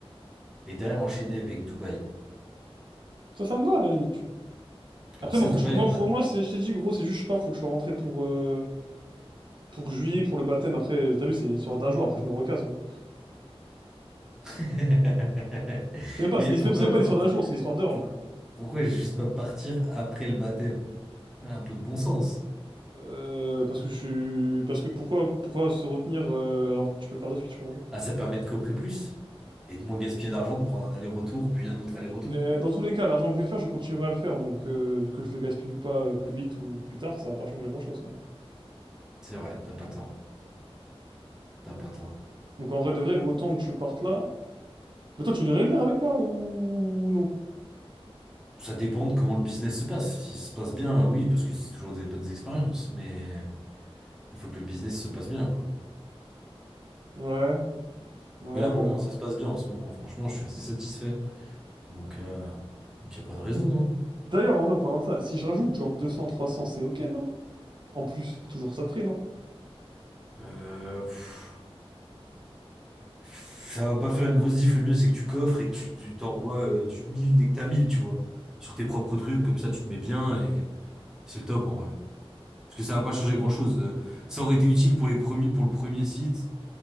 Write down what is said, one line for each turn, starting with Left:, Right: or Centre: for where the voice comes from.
Centre: et derrière enchaîner avec Dubaï.
Right: Ça, ça me va, à la limite, tu vois.
Centre: Comme
Right: Après,
Centre: ça,
Right: moi, faut
Centre: Dubaï,
Right: que je... moi,
Centre: on
Right: faut...
Centre: a,
Right: moi c'est... je t'ai dit, gros, c'est juste, je pars, faut que je sois rentré pour, euh, pour juillet, pour le baptême. Après, t'as vu, c'est une histoire d'un jour, après, je me recasse, gros.
Centre: <laughs>
Right: C'est même pas,
Centre: Mais
Right: c'est une-
Centre: pourquoi,
Right: c'est même pas
Centre: pour-
Right: une histoire d'un jour, c'est une histoire d'heures,
Centre: pour-
Right: genre.
Centre: pourquoi juste pas partir après le baptême? Un peu de bon sens.
Right: Euh, parce que je suis... Parce que pourquoi, pourquoi se retenir euh, alors que tu peux le faire de suite, je comprends pas.
Centre: Ah, ça permet de coffrer plus et de moins gaspiller d'argent, de prendre un aller-retour, puis un autre aller-retour.
Right: Euh, dans tous les cas, l'argent que je vais faire, je continuerai à le faire, donc euh, que je le gaspille ou pas euh, plus vite ou plus tard, ça va pas changer grand-chose, quoi.
Centre: C'est vrai, t'as pas tort. T'as pas tort.
Right: Donc en vrai de vrai, autant que je parte là... Mais toi, tu voudrais venir avec moi ou non?
Centre: Ça dépend de comment le business se passe. Si ça se passe bien, oui, parce que c'est toujours des bonnes expériences, mais il faut que le business se passe bien, quoi.
Right: Ouais, ouais,
Centre: Mais là, pour
Right: ouais.
Centre: le moment, ça se passe bien en ce moment. Franchement, je suis assez satisfait. Donc, euh, donc y a pas de raison, hein.
Right: D'ailleurs, en vrai, en parlant de ça, si je rajoute genre deux cents, trois cents c'est ok, non? En plus, toujours ça de prix, non?
Centre: Euh, pff. Ça va pas faire une grosse diff, le mieux c'est que tu coffres et que tu tu t'envoies euh, du 1000 dès que t'as 1000 tu vois. Sur tes propres trucs, comme ça tu te mets bien et c'est le top en vrai. Parce que ça va pas changer grand-chose. Euh, Ça aurait été utile pour les premiers, pour le premier site,